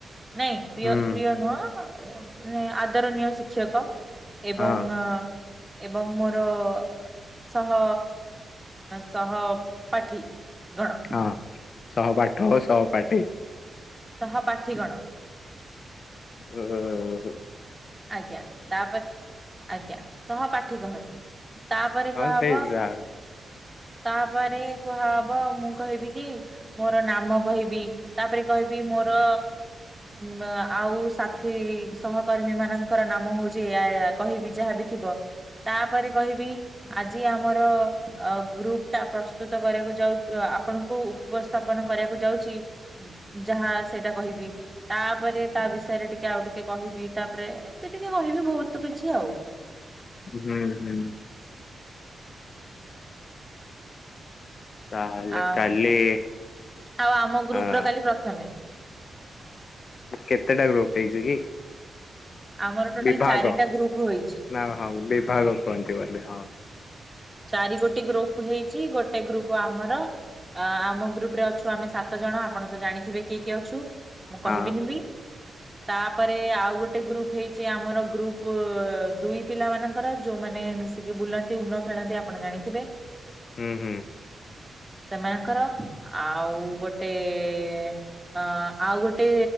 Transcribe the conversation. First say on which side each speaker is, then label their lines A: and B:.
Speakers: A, on the right (about 15°); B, on the left (about 60°).
A: ନାଇଁ ପ୍ରିୟ
B: ହୁଁ
A: ପ୍ରିୟ ନୁହ ଆଦରଣୀୟ ଶିକ୍ଷକ। ଏବଂ
B: ହଁ
A: ଆ ଏବଂ ମୋର ସହ ସହ ପାଠୀ। ଗଣ
B: ହଁ ସହପାଠ ଓ ସହପାଠୀ।
A: ସହପାଠୀ ଗଣ।
B: ହୁ ହୁ ହ।
A: ଆଜ୍ଞା ତାପରେ ଆଜ୍ଞା ସହପାଠୀ କହନ୍ତି। ତାପରେ
B: ହଁ
A: କୁହା
B: ସେଇ
A: ହବ
B: ଯା
A: ତାପରେ କୁହା ହବ ମୁଁ କହିବି କି ମୋର ନାମ କହିବି ତାପରେ କହିବି ମୋର ମ ଆଉ ସାଥି ସହକର୍ମୀ ମାନେ ଙ୍କର ନାମ ହଉଛି ଏଇଆ ଏୟା କହିବି ଯାହାବି ଥିବ। ତାପରେ କହିବି ଆଜି ଆମର ଅ ଗ୍ରୁପଟା ପ୍ରସ୍ତୁତ କରିବା <unintelligible> ଆପଣଙ୍କୁ ଉପସ୍ଥାପନା କରିବାକୁ ଯାଉଛି ଯାହା ସେଇଟା କହିବି, ତାପରେ ତା ବିଷୟରେ ଟିକେ ଆଉ ଟିକେ କହିବି ତାପରେ ଏମିତି କହିବି ବହୁତ କିଛି ଆଉ।
B: ହୁଁ ହୁଁ। ତାହେଲେ
A: ଆଉ
B: କାଲି
A: ଆଉ ଆମ ଗ୍ରୁପ
B: ହଁ
A: ର କାଲି ପ୍ରଥମେ।
B: କେତେଟା ଗ୍ରୁପ ହେଇଛି କି?
A: ଆମର ଟୋଟାଲ
B: ବିଭାଗ
A: ଚାରିଟା ଗ୍ରୁପ ହେଇଛି।
B: ହଁ ହ ବିଭାଗ କୁହନ୍ତ ବଧେ ହଁ।
A: ଚାରି ଗୋଟିେ ଗ୍ରୁପ ହେଇଛି, ଗୋଟେ ଗ୍ରୁପ ଆମର ଅ ଆମ ଗ୍ରୁପ ରେ ଅଛୁ ଆମେ ସାତ ଜଣ ଆପଣ ତ ଜାଣିଥିବେ କିଏ କିଏ ଅଛୁ ମୁଁ
B: ହଁ
A: କହିବିନି ବି।
B: <inaudible>
A: ତାପରେ ଆଉ ଗୋଟେ ଗ୍ରୁପ ହେଇଛି ଆମର ଗ୍ରୁପ ଦୁଇ ପିଲା ମାନଙ୍କର, ଯୋଉମାନେ ିକେ ବୁଲନ୍ତି ଉନ ଖେଳନ୍ତି ଆପଣ ଜାଣିଥିବେ।
B: ହୁଁ ହୁଁ।
A: ସେମାନଙ୍କର, ଆଉ ଗୋଟେ ଅ ଆଉ ଗୋଟେ